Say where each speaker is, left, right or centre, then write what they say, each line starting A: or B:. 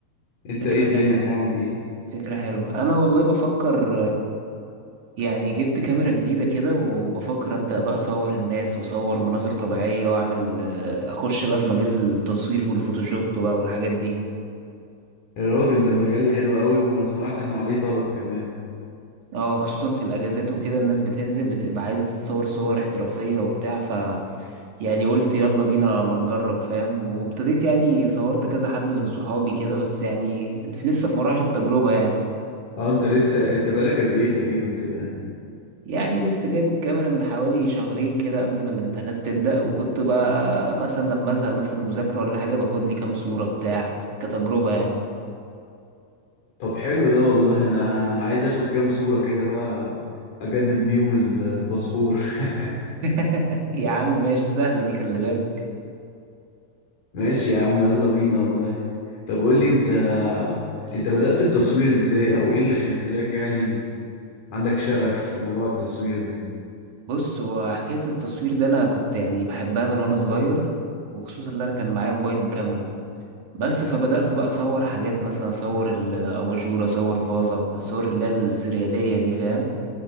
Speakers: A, on the left; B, on the right.
A: أنت
B: فكرة
A: إيه الدنيا
B: حلوة
A: هتعمل إيه؟
B: فكرة حلوة أنا والله بفكر يعني جبت كاميرا جديدة كده وبفكر أبدأ بقى أصور الناس وأصور مناظر طبيعية وأعمل آه، أخش بقى في مجال التصوير والفوتوشوب بقى والحاجات دي
A: يا راجل ده مجال حلو قوي وانا سمعت انه عليه طلب كمان
B: اه خصوصا في الأجازات وكده الناس بتنزل بتبقى عايزة تتصور صور احترافية وبتاع ف يعني قلت يلا بينا ما نجرب فاهم وابتديت يعني صورت كذا حد من صحابي كده بس يعني لسه في مراحل التجربة يعني
A: اه انت لسه انت بقالك قد ايه تقريبا كده يعني
B: يعني لسه جايب الكاميرا من حوالي شهرين كده قبل ما الامتحانات تبدأ وكنت بقى مثلا لما ازهق مثلا من مذاكرة ولا حاجة باخد لي كام صورة بتاع كتجربة يعني
A: طب حلو ده والله انا انا عايز اخد كام صورة كده بقى اجدد بيهم ال- الباسبور <laughs>
B: <laughs> يا عم ماشي سهلة دي خلي بالك
A: ماشي يا عم يلا بينا والله طب قول لي انت انت بدأت التصوير ازاي او ايه اللي خلاك يعني عندك شغف في موضوع التصوير ده
B: بص هو حكاية التصوير ده أنا كنت يعني بحبها من وأنا صغير وخصوصا إن أنا كان معايا موبايل بكاميرا بس فبدأت بقى أصور حاجات مثلا أصور الأباجورة أصور فازة الصور اللي هي السريالية دي فاهم